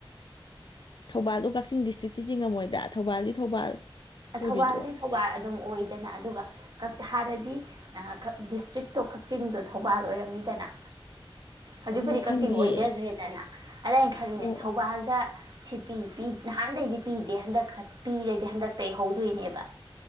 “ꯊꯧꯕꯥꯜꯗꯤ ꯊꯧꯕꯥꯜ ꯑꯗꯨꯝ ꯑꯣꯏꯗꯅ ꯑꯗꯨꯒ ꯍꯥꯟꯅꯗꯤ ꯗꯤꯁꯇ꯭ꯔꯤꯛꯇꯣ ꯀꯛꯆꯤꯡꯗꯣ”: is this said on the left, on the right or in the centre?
Right